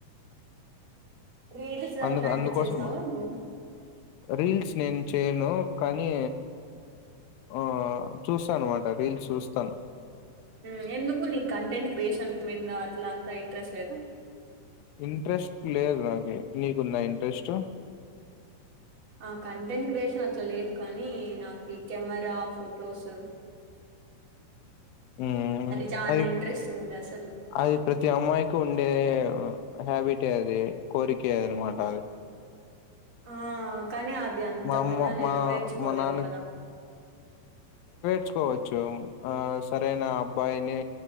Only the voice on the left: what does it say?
అందు
అందుకోసం
రీల్స్ నేను చేయను కానీ ఆ చూస్తానమాట రీల్స్ చూస్తాను
ఇంట్రెస్ట్ లేదు నాకు నీకుందా ఇనెరెస్టు
<unintelligible> ఉ
అది
అది ప్రతి అమ్మాయికి ఉండేదే హాబిటే అది కోరికె అనమాట
మా అమ్మ
మా మా నాన్నకి
నేర్చ్చకోవచ్చు ఆ సరైన అబ్బాయిని